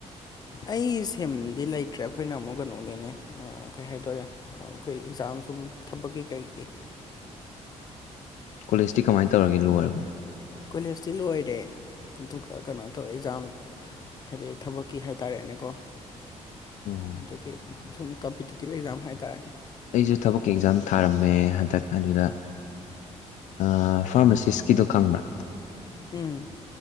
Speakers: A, on the left (about 35°); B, on the left (about 80°).
A: ꯑꯩ ꯁꯤꯝꯗꯤ ꯂꯩꯇ꯭ꯔꯦ ꯑꯈꯣꯏꯅ ꯑꯃꯨꯛ ꯀꯩꯅꯣꯒꯤꯅꯦ ꯀꯩ ꯍꯥꯏꯗꯣꯔꯦ ꯑꯥ ꯑꯈꯣꯏ ꯑꯦꯛꯖꯥꯝ ꯁꯨꯝ ꯊꯕꯛꯀꯤ ꯀꯩꯒꯤ
B: ꯀꯣꯂꯦꯖꯇꯤ ꯀꯃꯥꯏꯟ ꯇꯧꯔꯒꯦ ꯂꯣꯏꯔꯕꯣ
A: ꯀꯣꯂꯦꯖꯇꯤ ꯂꯣꯏꯔꯦ ꯑꯗꯨꯒ ꯀꯩꯅꯣ ꯇꯧꯋꯦ ꯑꯦꯛꯖꯥꯝ ꯍꯥꯏꯗꯤ ꯊꯕꯛꯀꯤ ꯍꯥꯏꯇꯔꯦꯅꯦꯀꯣ
B: ꯑꯣ
A: ꯑꯗꯨꯒꯤ ꯁꯨꯝ ꯀꯝꯄꯤꯇꯤꯇꯤꯞ ꯑꯦꯛꯖꯥꯝ ꯍꯥꯏꯇꯔꯦꯅꯦ
B: ꯑꯩꯖꯨ ꯊꯕꯛꯀꯤ ꯑꯦꯛꯖꯥꯝ ꯊꯥꯔꯝꯃꯦ ꯍꯟꯇꯛ ꯑꯗꯨꯗ ꯑꯥ ꯐꯥꯔꯃꯁꯤꯁꯀꯤꯗꯣ ꯈꯪꯕ꯭ꯔ
A: ꯎꯝ